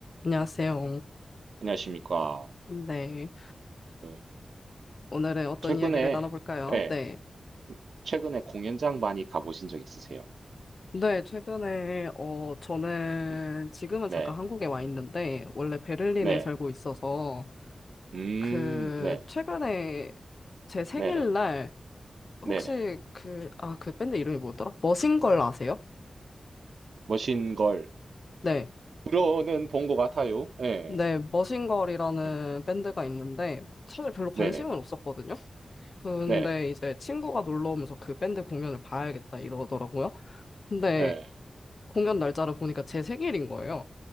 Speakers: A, on the left; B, on the right.
A: 안녕하세요.
B: 안녕하십니까.
A: 네.
B: 그,
A: 오늘은 어떤
B: 최근에,
A: 이야기를 나눠볼까요?
B: 예,
A: 네.
B: 최근에 공연장 많이 가보신 적 있으세요?
A: 네, 최근에, 어, 저는
B: 음,
A: 지금은
B: 네,
A: 잠깐 한국에 와 있는데, 원래 베를린에
B: 네,
A: 살고 있어서,
B: 음,
A: 그,
B: 네,
A: 최근에 제 생일날,
B: 네네,
A: 혹시
B: 네네.
A: 그, 아, 그 밴드 이름이 뭐더라? 머신걸 아세요?
B: 멋진 걸.
A: 네.
B: 들어는 본 것 같아요. 예,
A: 네, 머신걸이라는
B: 예,
A: 밴드가 있는데, 사실 별로 관심은
B: 네네,
A: 없었거든요? 근데
B: 네네,
A: 이제 친구가 놀러 오면서 그 밴드 공연을 봐야겠다 이러더라고요. 근데
B: 예,
A: 공연 날짜를 보니까 제 생일인 거예요.